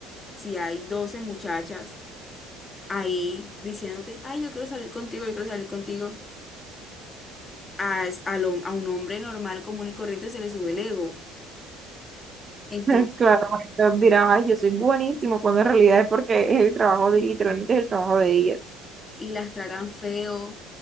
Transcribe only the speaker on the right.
<laughs> Claro, entonces dirán, ay, yo soy buenísimo, cuando en realidad es porque es el trabajo de, literalmente es el trabajo de ellas.